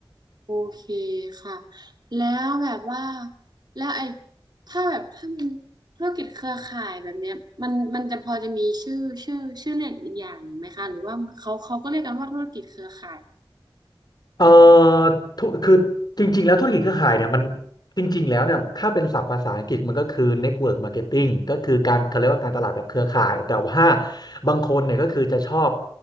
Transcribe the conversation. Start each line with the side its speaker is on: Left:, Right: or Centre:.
Right: โอเคค่ะแล้วแบบว่าแล้วไอ้ถ้าแบบถ้ามันธุรกิจเครือข่ายแบบเนี้ยมันมันจะพอจะมีชื่อชื่อชื่อเรียกอีกอย่างหนึ่งไหมคะหรือว่าเขาเขาก็เรียกกันว่าธุรกิจเครือข่าย
Left: เอ่อธุคือจริงๆแล้วธุรกิจเครือข่ายเนี่ยมันจริงๆแล้วเนี่ยถ้าเป็นศัพท์ภาษาอังกฤษมันก็คือ network marketing ก็คือการเขาเรียกว่าการตลาดแบบเครือข่ายแต่ว่าบางคนเนี่ยก็คือจะชอบ